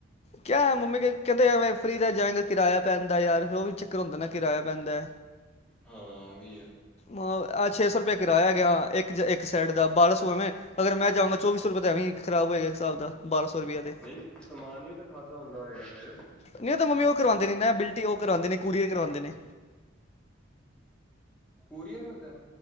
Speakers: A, on the left; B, in the centre.
A: ਕਿਹਾ ਮੰਮੀ ਕਹਿੰਦੇ ਐਵੇਂ ਫਰੀ ਦਾ ਜਾਏਗਾ ਕਿਰਾਇਆ ਪੈਂਦਾ ਯਾਰ ਫਿਰ ਉਹ ਵੀ ਚੱਕਰ ਹੁੰਦਾ ਨਾ ਕਿਰਾਇਆ ਪੈਂਦਾ
B: ਹਾਂ ਆ ਵੀ ਆ।
A: ਮਹ ਛੇ ਸੌ ਰੁਪਏ ਕਿਰਾਇਆ ਹੈ ਗਿਆ ਇੱਕ- ਇੱਕ ਸਾਈਡ ਦਾ ਬਾਰਾਂ ਸੋ ਐਵੇਂ ਅਗਰ ਮੈਂ ਜਾਵਾਂਗਾ। ਚੌਵੀ ਸੌ ਰੁਪਏ ਤਾ ਐਵੇਂ ਇੱਕ ਖਰਾਬ ਹੋਏਗਾ ਇੱਕ ਸਾਲ ਦਾ
B: ਦਸ
A: ਰੁਪਏ
B: ਬਨਦੇ
A: ਦੇ
B: ਸਮਾਨ ਵੀ ਤਾਂ ਖਾਸਾ ਹੁੰਦਾ ਹੋਏਗਾ ਫਿਰ
A: ਨਹੀਂ ਉਹ ਤਾਂ ਮੰਮੀ ਉਹ ਕਰਵਾਂਦੇ ਨੇ ਨਾ ਬਿਲਟੀ ਉਹ ਕਰਵਾਂਦੇ ਨੇ ਕੋਰੀਅਰ ਕਰਵਾਂਦੇ ਨੇ।
B: ਕੋਰੀਅਰ ਹੁੰਦਾ